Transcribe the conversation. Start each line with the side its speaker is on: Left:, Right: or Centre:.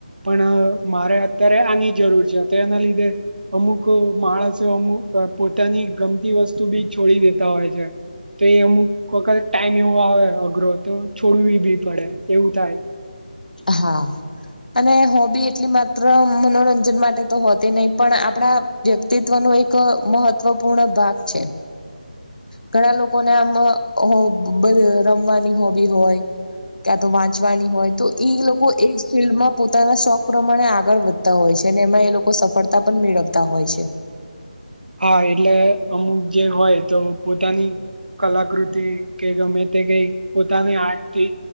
Right: પણ મારે અત્યારે આની જરૂર છે, તો એના લીધે અમુક માણસો અમુક પોતાની ગમતી વસ્તુ બી છોડી દેતા હોય છે. તો એ અમુક વખત ટાઈમ એવો આવે અઘરો તો છોડવી, બી પડે એવું થાય.
Left: હા અને હોબી એટલી માત્ર મનોરંજન માટે તો હોતી નહી, પણ આપણા વ્યક્તિત્વ નો એક મહત્વપૂર્ણ ભાગ છે. ઘણા લોકોને આમ હોબ રમવાની હોબી હોય. ત્યાં તો વાંચવાની હોય તો ઈ લોકો એ ફિલ્ડમાં પોતાના શોખ પ્રમાણે આગળ વધતા હોય છે અને એમાં એ લોકો સફળતા પણ મેળવતા હોય છે.
Right: હા એટલે અમુક જે હોય, તો પોતાની કલાકૃતિ કે ગમે તે કઈ પોતાની આર્ટથી